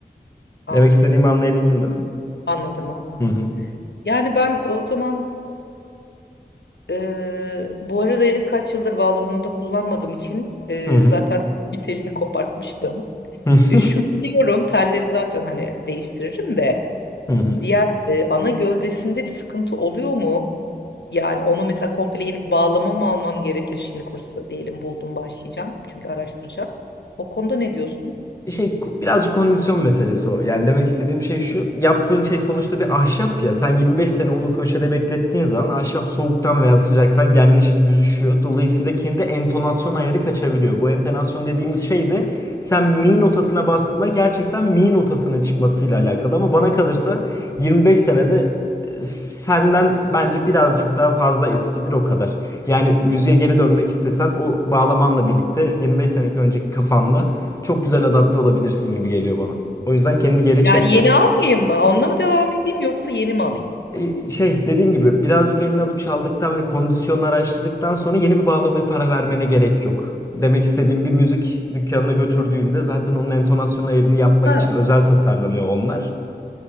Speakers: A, on the left; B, on the left.
A: Anladım.
B: Demek istediğimi anlayabildin değil mi?
A: Anladım anladım.
B: Hı hı.
A: Yani ben o zaman eee bu arada kaç yıldır bağlamamda kullanmadığım için eee,
B: Hı hı.
A: zaten bir telini kopartmıştım.
B: <laughs>
A: E, Şunu biliyorum, telleri zaten hani değiştiririm de
B: Hı hı. Hı hı.
A: diğer e, ana gövdesinde bir sıkıntı oluyor mu? Yani onu mesela komple yeni bir bağlama mı almam gerekir şimdi kursu diyelim buldum başlayacağım çünkü araştıracağım. O konuda ne diyorsun?
B: şey birazcık kondisyon meselesi o. Yani demek istediğim şey şu. Yaptığın şey sonuçta bir ahşap ya. Sen 25 sene onu köşede beklettiğin zaman ahşap soğuktan veya sıcaktan genleşip büzüşüyor. Dolayısıyla kendi entonasyon ayarı kaçabiliyor. Bu entonasyon dediğimiz şey de sen mi notasına bastığında gerçekten mi notasının çıkmasıyla alakalı ama bana kalırsa 25 senede e, senden bence birazcık daha fazla eskidir o kadar. Yani müziğe geri dönmek istesen o bağlamanla birlikte 25 seneki önceki kafanla çok güzel adapte olabilirsin gibi geliyor bana. O yüzden kendi geri
A: Yani
B: çekme.
A: yeni almayayım mı? Onunla mı devam edeyim yoksa yeni mi alayım?
B: E, Şey dediğim gibi birazcık elini alıp çaldıktan ve kondisyonunu araştırdıktan sonra yeni bir bağlamaya para vermene gerek yok. Demek istediğim bir müzik dükkanına götürdüğünde zaten onun entonasyon ayarını yapmak
A: Ha,
B: için özel tasarlanıyor onlar.